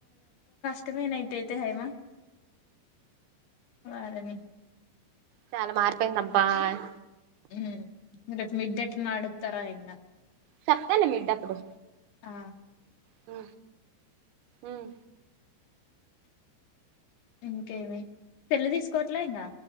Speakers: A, on the left; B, on the right.
A: తెవే నైతే దేతే హై ఆ వారని
B: చాల మారిపోయింది అబ్బాయ్
A: ఊ ఊ రేపు మిడ్ నైట్ నడుప్తారా ఎట్లా
B: చక్కని మిడ్డప్పుడు
A: ఆ
B: హు మ్
A: ఇంకేమి పెళ్లి జేసుకోవట్లే ఇంకా